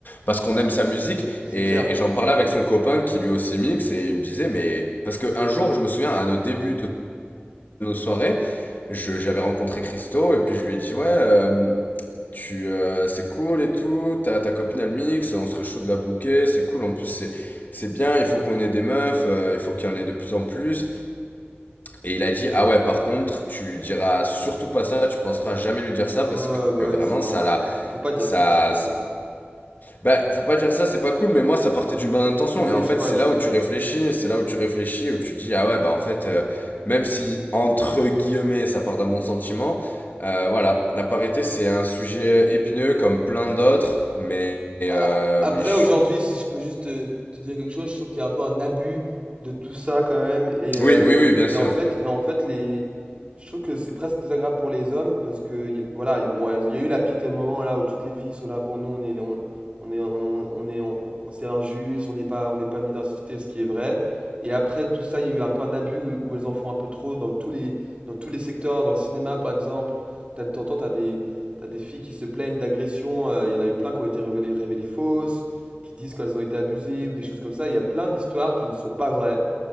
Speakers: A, on the left; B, on the right.
A: parce qu'on aime sa musique
B: c'est
A: et,
B: clair.
A: et j'en parlais avec son copain qui lui aussi mixe et il me disait mais parce que un jour je me souviens à nos débuts de nos soirées, je- j'avais rencontré Christo et puis je lui ai dit ouais euh, tu euh, c'est cool et tout, ta ta copine elle mixe, on serait chaud de la booker, c'est cool en plus c'est c'est bien, il faut qu'on ait des meufs, euh, il faut qu'il y en ait de plus en plus. Et il a dit, ah ouais, par contre, tu diras surtout pas ça, tu penseras jamais lui dire ça parce
B: Ouais, ouais,
A: que
B: bah
A: vraiment,
B: oui, c'est normal.
A: ça l'a,
B: Faut pas dire
A: ça,
B: ça, c'est pas cool.
A: bah, faut pas dire ça, c'est pas cool, mais moi, ça partait d'une bonne intention.
B: Oui, oui,
A: Et en
B: je
A: fait,
B: vois,
A: c'est
B: je
A: là
B: vois.
A: où tu réfléchis, c'est là où tu réfléchis, où tu dis, ah ouais, bah, en fait, euh, même si, entre guillemets, ça part d'un bon sentiment, euh, voilà, la parité, c'est un sujet épineux comme plein d'autres, mais, euh,
B: A- Après,
A: mais je
B: aujourd'hui,
A: suis-
B: si je peux juste te, te dire quelque chose, je trouve qu'il y a un peu un abus de tout ça quand même. Et, euh,
A: Oui, oui, oui, bien
B: et
A: sûr.
B: en fait, en fait les... je trouve que c'est presque désagréable pour les hommes parce que y- voilà, y- bon, il y a eu la petite moment là où toutes les filles sont là, bon, nous on est, on, on est, on, on est, on- c'est injuste, on n'est pas, on n'est pas mis dans la société, ce qui est vrai. Et après tout ça, il y a eu un peu un abus où, où elles en font un peu trop dans tous les, dans tous les secteurs, dans le cinéma par exemple. T'as- T'entends, t'as des T'as des filles qui se plaignent d'agressions, euh, il y en a eu plein qui ont été révélées, révélées fausses, qui disent qu'elles ont été abusées ou des choses comme ça. Il y a plein d'histoires qui ne sont pas vraies,